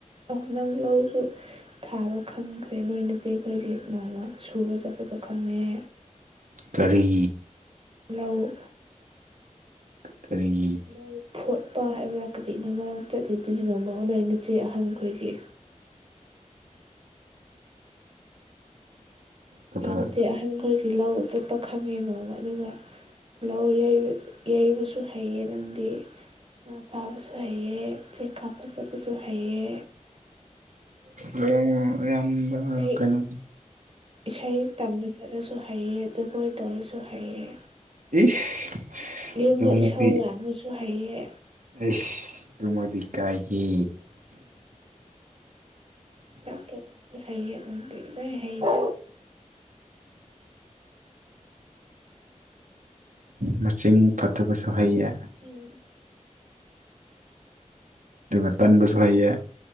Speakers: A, on the right (about 45°); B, on the right (about 80°).
A: ꯑꯍ ꯅꯪ ꯂꯧꯁꯨ ꯊꯥꯕ ꯈꯪꯈ꯭ꯔꯦ ꯅꯣꯏꯅꯁꯦ ꯑꯩꯈꯣꯏꯒꯤ ꯅꯣꯡꯃ ꯁꯨꯕ ꯆꯠꯄꯗꯣ ꯈꯪꯉꯦ
B: ꯀꯔꯤ
A: ꯂꯧꯏ
B: ꯀ ꯀꯔꯤꯒꯤ
A: ꯂꯧ ꯐꯣꯠꯄ ꯍꯥꯏꯕ꯭ꯔꯥ ꯀꯔꯤꯅꯣꯃ ꯆꯠꯂꯤꯗꯨꯗꯤ ꯅꯣꯡꯃ ꯅꯣꯏ ꯅꯆꯦ ꯑꯍꯟꯈꯣꯏꯒꯤ
B: ꯀꯗꯥꯏ
A: ꯚꯥꯏ ꯅꯣꯏꯗꯤ ꯑꯍꯟ ꯈꯣꯏꯒꯤ ꯂꯧ ꯆꯠꯄ ꯈꯪꯉꯦꯅꯣꯕ ꯑꯗꯨꯒ ꯂꯧ ꯌꯩꯕ ꯌꯩꯕꯁꯨ ꯍꯩꯌꯦ ꯅꯪꯗꯤ ꯉꯥ ꯐꯥꯕꯁꯨ ꯍꯥꯏꯌꯦ ꯎꯆ ꯆꯦꯛꯀꯥ ꯐꯖꯕꯁꯨ ꯍꯥꯏꯌꯦ
B: ꯍꯣꯏ ꯌꯥꯝꯌꯥꯝꯕ
A: ꯏꯁꯩ
B: ꯀꯩꯅꯣꯅꯦ
A: ꯏꯁꯩ ꯇꯝꯕ ꯆꯠꯂꯁꯨ ꯍꯩꯌꯦꯡꯖꯒꯣꯏ ꯇꯧꯔꯁꯨ ꯍꯩꯌꯦ
B: ꯏꯁ
A: ꯌꯨꯝꯗ
B: ꯑꯗꯨꯃꯗꯤ
A: ꯏꯁꯥꯎ ꯂꯥꯛꯅꯁꯨ ꯍꯥꯏꯩꯌꯦ
B: ꯑꯩꯁ ꯑꯗꯨꯃꯗꯤ ꯀꯥꯏꯍꯦ
A: ꯂꯥꯛꯞꯇꯣꯛꯕꯁꯨ ꯍꯩꯌꯦ ꯑꯗꯨꯪꯗꯤ ꯂꯣꯏ ꯍꯩꯔ
B: ꯃꯁꯤꯡ ꯐꯠꯇꯕꯁꯨ ꯍꯩꯌꯦ
A: ꯎꯝ
B: ꯑꯗꯨꯒ ꯇꯟꯕꯁꯨ ꯍꯩꯑ